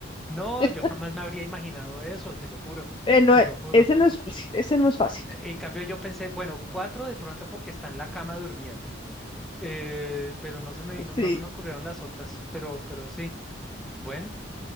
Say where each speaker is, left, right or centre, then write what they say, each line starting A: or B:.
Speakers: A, in the centre; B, on the left (about 25°).
A: No,
B: <laughs>
A: yo jamás me habría imaginado eso, te lo juro,
B: Eh, no,
A: te
B: eh,
A: lo juro.
B: ese no es fácil, ese no es fácil.
A: E- En cambio, yo pensé, bueno, cuatro de pronto porque está en la cama durmiendo. Eh, pero no se me vino,
B: Sí,
A: no se me ocurrieron las otras, pero, pero sí. Bueno.